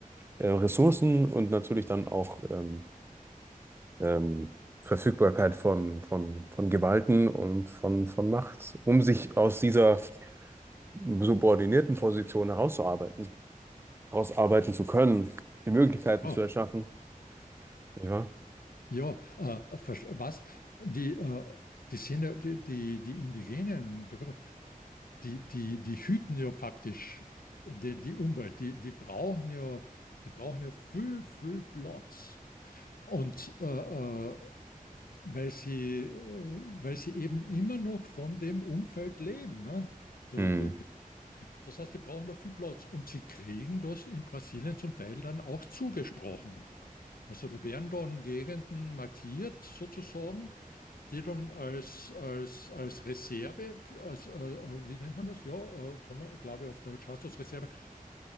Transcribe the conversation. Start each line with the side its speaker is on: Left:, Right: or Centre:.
Right: äh, Ressourcen und natürlich dann auch ähm, ähm, Verfügbarkeit von, von, von Gewalten und von, von Macht, um sich aus dieser subordinierten Position herauszuarbeiten, herausarbeiten zu können, die Möglichkeiten
Left: Ah,
Right: zu erschaffen. Ja. wahr?
Left: ja, äh, versch- was? Die, äh, die sind ja, die, die, die indigenen Bevölkerung, die, die, die hüten ja faktisch äh, die, die Umwelt. Die, die brauchen ja, die brauchen ja viel, viel Platz. Und äh, äh, weil sie, äh, weil sie eben immer noch von dem Umfeld leben. Ne? So,
Right: Hm,
Left: die, die, das heißt, die brauchen noch viel Platz und sie kriegen das in Brasilien zum Teil dann auch zugesprochen. Also da werden dann Gegenden markiert sozusagen, die dann als, als, als Reserve, für- als, äh, äh, wie nennt man das? Ja, äh, Komma, glaube ich, auf Deutsch heißt das Reserve,